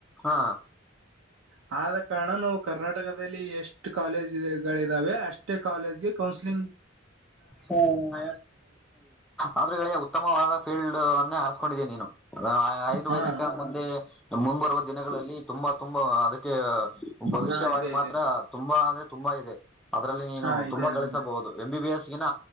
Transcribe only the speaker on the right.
ಹಾ ಆದ ಕಾರಣ ನಾವು ಕರ್ನಾಟಕದಲ್ಲಿ ಎಷ್ಟು ಕಾಲೇಜ್ಗಳಿದಾವೆ ಅಷ್ಟೇ ಕಾಲೇಜ್ಗೆ ಕೌನ್ಸ್ಲಿಂಗ್
ಹಾ
ಹಾ ಇದೆ ಇದೆ
ಹಾ ಇದೆ
ಹೌದು